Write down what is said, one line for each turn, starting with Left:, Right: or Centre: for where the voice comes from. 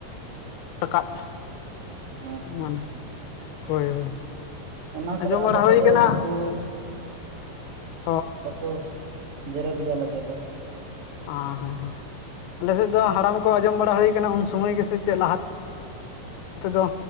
Right: <inaudible>
Left: ᱨᱟᱠᱟᱵ
Right: ᱦᱮᱸ
Left: ᱢᱟᱱᱮ ᱦᱳᱭ ᱦᱳᱭ᱾
Right: ᱚᱱᱟ ᱠᱚᱫᱚ
Left: ᱟᱸᱡᱚᱢ
Right: ᱟᱞᱮ
Left: ᱵᱟᱲᱟ
Right: ᱥᱮᱫ
Left: ᱦᱳᱭ
Right: ᱫᱚ
Left: ᱠᱟᱱᱟ
Right: ᱵᱟᱠᱚ
Left: <inaudible>
Right: ᱵᱟᱠᱚ ᱡᱮᱨᱮᱫ ᱜᱮᱭᱟ ᱟᱞᱮ ᱥᱮᱫ ᱫᱚ᱾
Left: ᱟ ᱦᱮᱸ ᱦᱮᱸ᱾ ᱟᱞᱮ ᱥᱮᱫ ᱫᱚ ᱦᱟᱲᱟᱢ ᱠᱚ ᱟᱸᱡᱚᱢ ᱵᱟᱲᱟ ᱦᱳᱭ ᱠᱟᱱᱟ ᱩᱱ ᱥᱚᱢᱚᱭ ᱜᱮᱥᱮ ᱪᱮᱫ ᱞᱟᱦᱟ ᱛᱮᱫᱚ